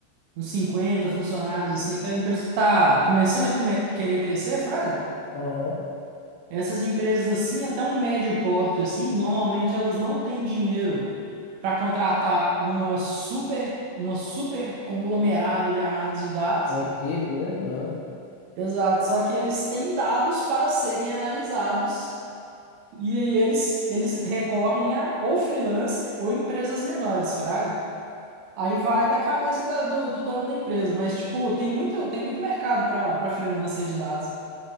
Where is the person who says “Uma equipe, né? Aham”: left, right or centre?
Left